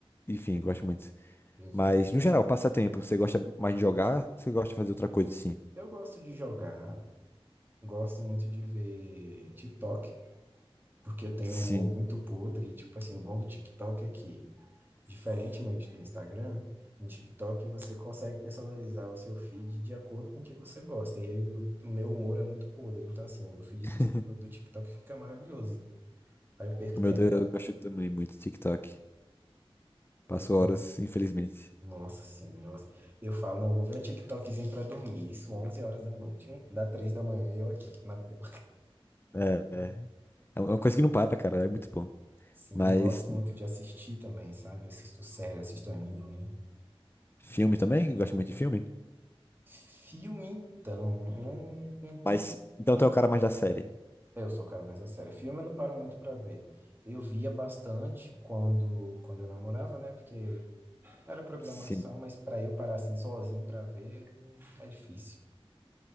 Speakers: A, on the left (about 25°); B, on the right (about 20°).
A: Enfim, gosto muito.
B: Eu fico
A: Mas, no
B: tenso.
A: geral, passatempo, você gosta mais de jogar? Você gosta de fazer outra coisa, sim?
B: Eu gosto de jogar, gosto muito de ver TikTok, porque eu tenho
A: Sim.
B: um humor muito podre. E, tipo assim, o bom do TikTok é que Diferentemente do Instagram, no TikTok você consegue personalizar o seu feed de acordo com o que você gosta. E aí o o meu humor é muito podre. Então, assim, o feed
A: <laughs>
B: do, Insta- do TikTok fica maravilhoso. Aí eu perco
A: O
B: tempo.
A: Meu Deus, eu
B: Ah,
A: gosto também muito de TikTok. Passo
B: Pois
A: horas,
B: é.
A: infelizmente.
B: Nossa, sim, nossa. Eu falo, não, vou ver um TikTokzinho pra dormir. Isso 11 horas da noite. Hum, Dá três da manhã e eu aqui na tela.
A: É, é. É uma coisa que não para, cara. É muito bom.
B: Sim,
A: Mas
B: gosto muito de assistir também, sabe? Assisto série, assisto anime.
A: filme também? Gosto muito de filme?
B: Filme, então. Não, não,
A: Mas
B: não,
A: então
B: não
A: tu é o cara mais da série.
B: Eu sou o cara mais a sério. Filme eu não paro muito pra ver. Eu via bastante quando, quando eu namorava, né? Porque era programação,
A: Sim,
B: mas pra eu parar assim sozinho pra ver, hum, é difícil.